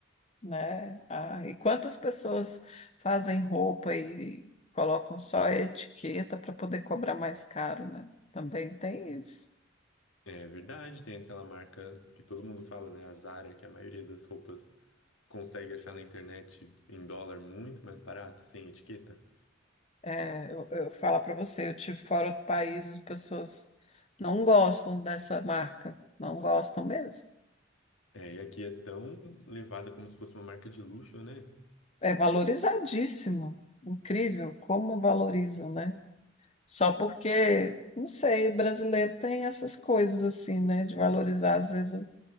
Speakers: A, on the left (about 30°); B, on the left (about 80°).
A: né? Ah, e quantas pessoas fazem roupa e colocam só a etiqueta para poder cobrar mais caro, né? Também tem isso.
B: É verdade, tem aquela marca que todo mundo fala, né? A Zara, que a maioria das roupas consegue achar na internet em dólar muito mais barato, sem etiqueta.
A: É, eu, eu falo para você, eu tive fora do país, as pessoas não gostam dessa marca, não gostam mesmo.
B: É, e aqui é tão levada como se fosse uma marca de luxo, né?
A: É valorizadíssimo, incrível como valorizam, né? Só porque, não sei, brasileiro tem essas coisas assim, né? De valorizar às vezes